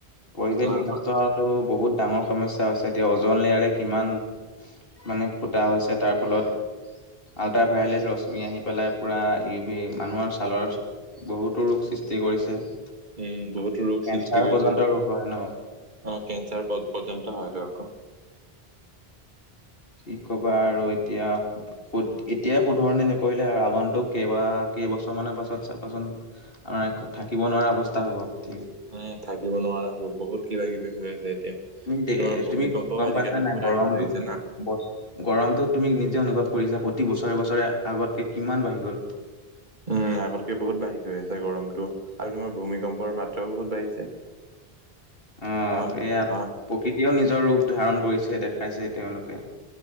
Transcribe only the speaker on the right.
মানুহৰ
উম বহুতো ৰোগ সৃষ্টি কৰিছে
অ কেঞ্চাৰ পয পৰ্যন্ত হয়টো আকৌ।
উম, থাকিব নোৱাৰা হ'ব। বহুত কিবা-কিবি হৈ আছে এতিয়া।
তোমাৰ ভূমিকম্পও
আজিকালি
বহুত
আহিব ধৰিছে না।
উম আগতকে বহুত বাঢ়ি গৈ আছে গৰমটো আৰু তোমাৰ ভূমিকম্পৰ মাত্ৰাও বহুত বাঢ়িছে।
হন
হন